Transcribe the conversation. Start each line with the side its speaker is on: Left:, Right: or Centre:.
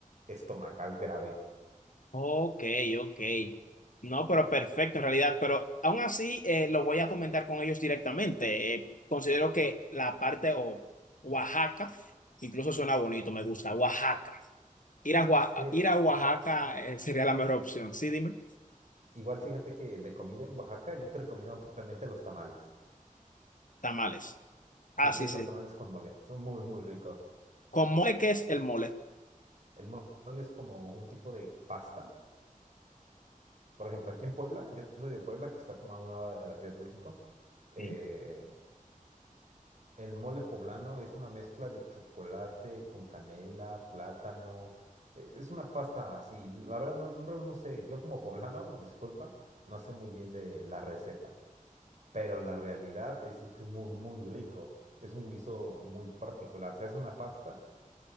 Right: estomacal grave.
Left: Ok, ok. No, pero perfecto en realidad, pero aún así eh, lo voy a comentar con ellos directamente. Eh, considero que la parte o Oaxaca, incluso suena bonito, me gusta, Oaxaca. Ir a, Oa-
Right: Sí,
Left: ir a Oaxaca eh, sería la mejor opción. Sí, dime,
Right: Igual fíjate que el de comida en Oaxaca yo te recomiendo ampliamente los tamales.
Left: tamales. Ah,
Right: Sí, piden
Left: sí, sí.
Right: los tamales con mole, son muy, muy ricos.
Left: ¿Con mole qué es el mole?
Right: El mo- mole es como un tipo de pasta. Por ejemplo, aquí en Puebla, yo soy de Puebla, que está como a una hora de la Ciudad de México. eh,
Left: Sí.
Right: el mole poblano es una mezcla de chocolate con canela, plátano. e- Es una pasta así. La verdad, no, no, no sé, yo como poblano, <laughs> disculpa, no sé muy bien de la receta. pero la realidad es, que es muy, muy rico. Es un guiso muy particular. Se hace una pasta